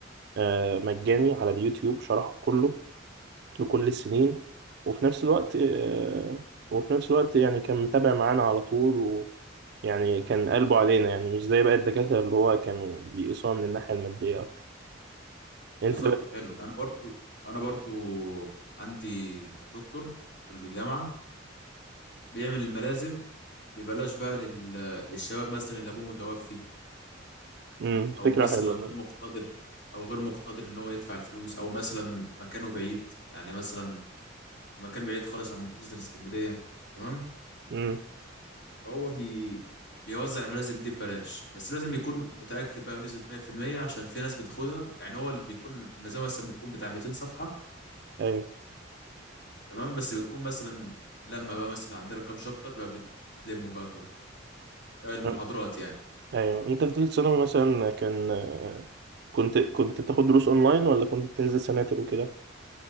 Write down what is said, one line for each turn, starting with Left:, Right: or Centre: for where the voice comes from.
Right: آه، مجاني على اليوتيوب شرحه كله لكل السنين وفي نفس الوقت آه، وفي نفس الوقت يعني كان متابع معانا على طول ويعني كان قلبه علينا يعني مش زي باقي الدكاتره اللي هو كانوا بيقيسوها من الناحيه الماديه اكتر انت
Left: بالظبط
Right: بقى-
Left: حلو انا برضو انا برضو عندي دكتور في الجامعه بيعمل الملازم ببلاش بقى لل... للشباب مثلا اللي ابوه متوفي
Right: مم،
Left: او
Right: فكره
Left: مثلا
Right: حلوه
Left: غير مقتدر او غير مقتدر ان هو يدفع الفلوس او مثلا مكانه بعيد يعني مثلا في مكان بعيد خالص عن محافظه الاسكندريه تمام
Right: امم
Left: فهو بي... بيوزع الملازم دي ببلاش بس لازم يكون متاكد بقى بنسبه 100% عشان في ناس بتاخدها يعني هو اللي بيكون المزامه مثلا بتكون بتاع 200 صفحه
Right: ايوه
Left: تمام بس بتكون مثلا لما بقى مثلا عندنا كام شابتر بقى بتلموا بقى كله آه، المحاضرات
Right: أه،
Left: يعني
Right: ايوه انت في ثالث ثانوي مثلا كان آه، كنت كنت بتاخد دروس اونلاين ولا كنت بتنزل سناتر وكده